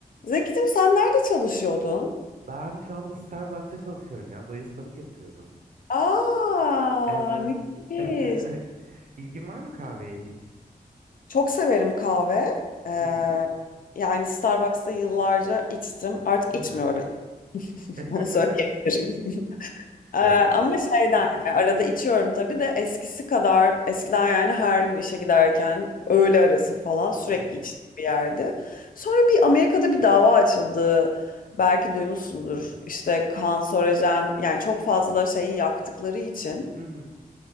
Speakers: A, on the left; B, on the right.
A: Zeki'cim sen nerede çalışıyordun?
B: Ben şu anda Starbucks'ta çalışıyorum ya. Baristalık yapıyorum.
A: Aa,
B: Evet.
A: müthiş.
B: <laughs> İlgin var mı kahveye hiç?
A: Çok severim kahve. Ee,
B: Hmm.
A: yani Starbucks'ta yıllarca içtim. Artık
B: Hı
A: içmiyorum.
B: hı.
A: <laughs>
B: <laughs>
A: Onu söyleyebilirim. Ee,
B: Evet.
A: ama şeyden yani arada içiyorum tabii de eskisi kadar eskiden yani her gün işe giderken öğle arası falan sürekli
B: Hı hı.
A: içtiğim bir yerdi. Sonra bir Amerika'da bir dava açıldı. Belki duymuşsundur. İşte kanserojen yani çok fazla şeyi yaktıkları için
B: Hı hı.